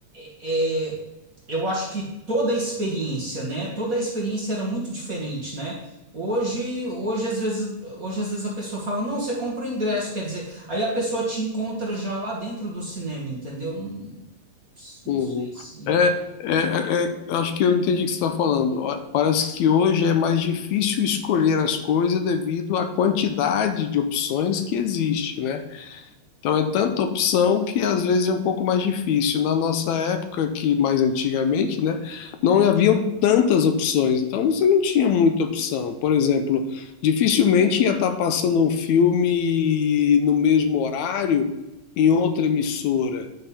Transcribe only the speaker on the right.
é, é- é, eu acho que toda a experiência, né, toda a experiência era muito diferente, né? Hoje, hoje às vezes, hoje às vezes a pessoa fala, não, você compra o ingresso, quer dizer, aí a pessoa te encontra já lá dentro do cinema, entendeu? Não- não
sei se.